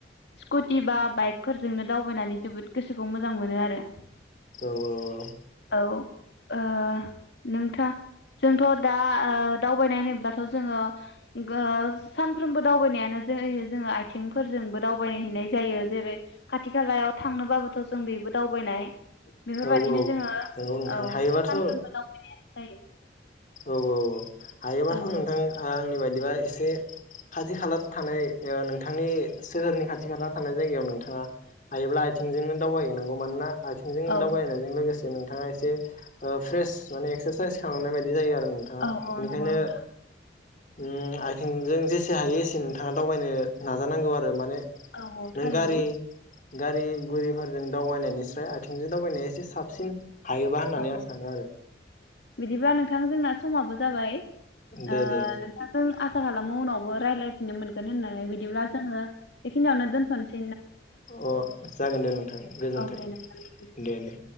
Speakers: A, on the left; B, on the left.
A: कुटि बा बाइकफोरजोंनो दावबायनानै जोबोद गोसोखौ मोजां मोनो आरो
B: औ औ औ
A: औ ओ नोंथा जोंथ' दा ओ दावबायनाय होनोब्लाथ' जोङो गो ओ सानफ्रोमबो दावबायनायानो जायो जोङो आथेंफोरजोंबो दावबाय हैनाय जायो जेरै खाथि खालायाव थांनोबाबोथ' जों बेबो दावबायनाय बेफोरबादिनो
B: औ
A: जोङो औ
B: नंगौ नोंथां हायोबाथ'
A: सानफ्रोमबो दावबायनायानो जायो
B: औ औ औ हायोबाथ'
A: औ
B: नोंथां
A: नंगौ
B: आ आंनि बायदिबा एस से खाथि खाला थानाय ओ नोंथांनि सोहोरनि खाथि खाला थानाय जायगायाव नोंथाङा हायोब्ला आथिंजोंनो दावबायहैनांगौ मानोना आथिंजों
A: औ
B: दावबायनायजों लोगोस ओ नोंथांङा एसे ओ फ्रेस माने एक्सार साइस खालामनाय बायद बि जायो आरो नोंथाङा
A: औ औ
B: इनिखायनो
A: नंगौ नोंथां
B: उम आथिंजों जेसे हायो एसे नोंथाङा दावबायनो नाजानांगौ आरो माने
A: औ औ थारैनो
B: नों गारि गारि गुरिफोरजों दावबायनायनिस्राय आथिंजों दावबायनाया एसे साबसिन हायोबा होननानै
A: औ- औ
B: आं सानो आरो
A: बिदिबा नोंथां जोंना समाबो जाबाय
B: दे
A: ओ
B: दे
A: नोंथांजों आसा खालामो उनावबो रायलायफिननो मोन गोन होननानै बिदिब्ला जोङो बेखिनि आवनो दोनथ'निसै।
B: अ जागोन दे नोंथां गोजोन्थों
A: औ दे नोंथां गोजोनथों।
B: दे दे।